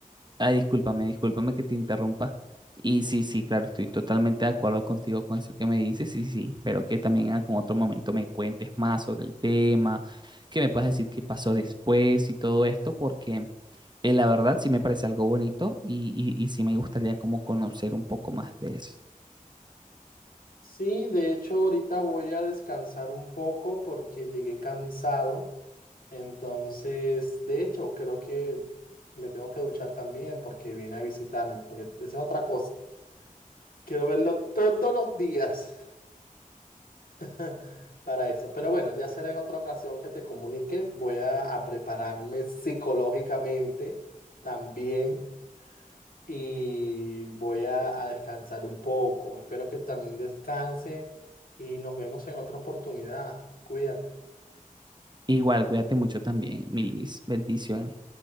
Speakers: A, on the right; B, on the left.
A: Ay, discúlpame, discúlpame que te interrumpa. Y sí, sí, claro, estoy totalmente de acuerdo contigo con eso que me dices. Y sí, espero que también en algún otro momento me cuentes más sobre el tema, que me puedas decir qué pasó después y todo esto, porque eh, la verdad sí me parece algo bonito y, y, y sí me gustaría como conocer un poco más de eso.
B: sí, de hecho ahorita voy a descansar un poco porque llegué cansado. Entonces, de hecho, creo que me tengo que duchar también porque viene a visitarme, porque esa es otra cosa. Quiero verlo todos los días. <laughs> para eso. Pero bueno, ya será en otra ocasión que te comunique. Voy a, a prepararme psicológicamente también y voy a, a descansar un poco. Espero que también descanse y nos vemos en otra oportunidad. Cuídate.
A: Igual, cuídate mucho también, mi Luis. Bendiciones.